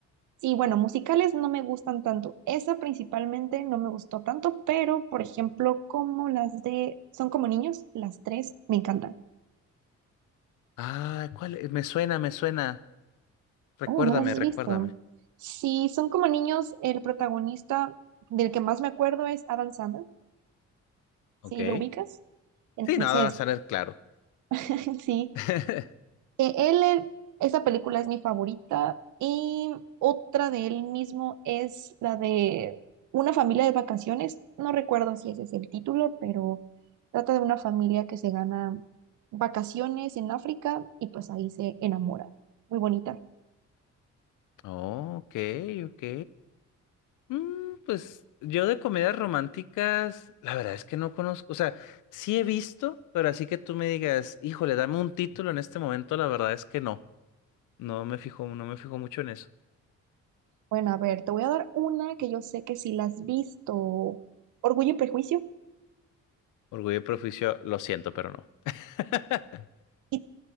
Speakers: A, on the right; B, on the left.
A: Sí, bueno, musicales no me gustan tanto. Esa principalmente no me gustó tanto, pero por ejemplo, como las de Son como niños, las tres me encantan.
B: Ah, ¿cuál? es? Me suena, me suena. Recuérdame,
A: Oh, ¿no las has
B: recuérdame.
A: visto? Sí, Son como niños, el protagonista del que más me acuerdo es Adam Sandler.
B: Ok.
A: Sí, ¿lo ubicas? Entonces,
B: Sí, nada, va a salir claro.
A: <laughs> sí.
B: <laughs>
A: Eh, él, eh, esa película es mi favorita y otra de él mismo es la de Una familia de vacaciones. No recuerdo si ese es el título, pero trata de una familia que se gana vacaciones en África y pues ahí se enamora. Muy bonita.
B: Oh, ok, ok. Mm, pues yo de comedias románticas, la verdad es que no conozco. O sea, sí he visto, pero así que tú me digas, híjole, dame un título en este momento, la verdad es que no. No me fijo, no me fijo mucho en eso.
A: Bueno, a ver, te voy a dar una que yo sé que si la has visto. Orgullo y Prejuicio.
B: Orgullo y Prejuicio, lo siento, pero no. <laughs>
A: Sí,